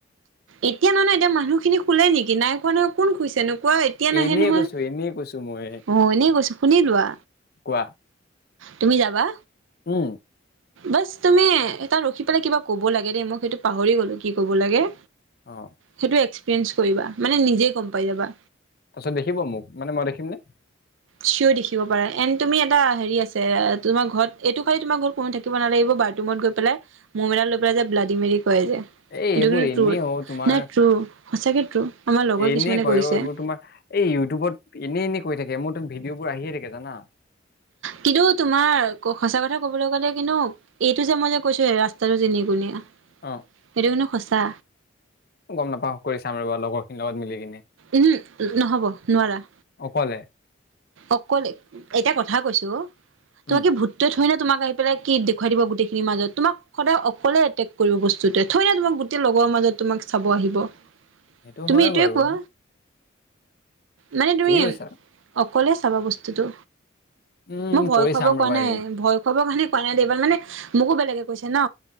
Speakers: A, on the right; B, on the left.
A: এতিয়া নহয় ন এতিয়া মানুহখিনি শুলে নেকি নাই শুৱা নহয়। কোন শুইছে নো, কোৱা এতিয়া নাহে
B: এনেই
A: নহয়
B: কৈছো এনেই কৈছো মই
A: অ এনেই কৈছো শুনি লোৱা।
B: কোৱা।
A: তুমি যাবা?
B: উম।
A: বাচ তুমি এটা ৰখি পেলাই কিবা ক'ব লাগে দেই, মই সেইটো পাহৰি গলো কি ক'ব লাগে।
B: অ।
A: সেইটো এক্সপিৰিয়েঞ্চ কৰিবা মানে নিজে গম পাই যাবা।
B: তাৰপিছত দেখিব মোক, মানে মই দেখিম নে?
A: চিয়ৰ দেখিব পাৰা এণ্ তুমি এটা হেৰি আছে তোমাৰ ঘৰত এইটো খালি তোমাৰ ঘৰ ত কোনো থাকিব নালাগিব বাথৰুমত গৈ পেলাই মোৰ ম'ম এদাল লৈ পেলাই ব্লাডি মেৰি কয় যে এটো
B: এই এইবোৰ
A: কিন্তু
B: এনেই
A: ট্ৰো
B: অ তোমাৰ
A: নাই তোৰ সঁচাকে ট্ৰো আমাৰ লগৰ
B: এনেই
A: কিছুমানে
B: কয়
A: কৰিছে।
B: অ এইবোৰ তোমাৰ এই ইউটিউবত এনেই এনে কৈ থাকে মোৰ ত ভিডিঅ' বোৰ আহিয়ে থাকে জানা।
A: কিন্তু তোমাৰ সঁচা কথা কবলৈ গ'লে কিন্তু এইটো যে মই যে কৈছো ৰাস্তাটো তিনিকুণীয়া
B: অঁ।
A: এইটো কিন্তু সঁচা।
B: গম নাপাও কৰি চাম ৰবা লগৰ খিনিৰ লগত মিলি কিনে।
A: উমহু নহ'ব নোৱাৰা।
B: অকলে?
A: অকলে, এটা কথা কৈছো তোমাক
B: উম
A: কি ভূতটো ধৰিলোৱা তোমাক আহি পেল কি দেখাই দিব গোটেইখিনি মাজত তোমাক সদায় অকলে এটেক কৰিব বস্তুতোৱে থৰে না তোমাক গোটেই লগৰ মাজত তোমাক চাব আহিব।
B: সেইটো
A: তুমি
B: হয়
A: এইটোৱে
B: বাৰু।
A: কোৱা মানে তুমি
B: ঠিক কৈছা
A: অকলে চাবা বস্তুতটো।
B: উম,
A: মই ভয়
B: কৰি
A: খুৱাব
B: চাম
A: কোৱা
B: ৰ'বা
A: নাই
B: এদিন।
A: ভয় খোৱাবৰ কাৰণে কোৱা নাই দেই মানে মোকো বেলেগে কৈছে ন।